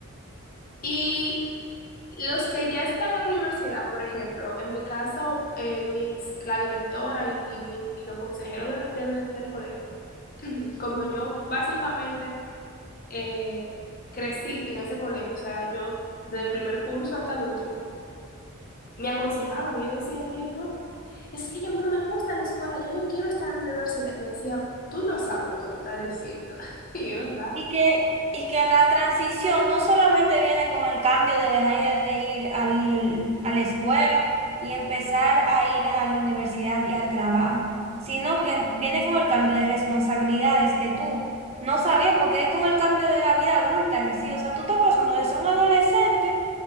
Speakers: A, on the left; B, on the right.
A: Y los que ya están en la universidad, por ejemplo, en mi caso, eh, mis, la directora y, y, mi- y los consejeros del, del- del colegio, como yo básicamente eh, crecí en ese colegio, o sea, yo del primer curso hasta el último, me aconsejaban y yo decía de que no, es que yo no me gusta la escuela, yo, yo quiero estar en la universidad. Y Me decía, tú no sabes lo que tú estás diciendo. <laughs> Y es verdad.
B: Y que, y que la transición no solamente viene con el cambio de dejar de ir al, a la escuela y empezar a ir a la universidad y al trabajo, sino que viene con el cambio de responsabilidades que tú no sabías, porque es con el cambio de la vida adulta en sí. O sea, tú estás pasando de ser un adolescente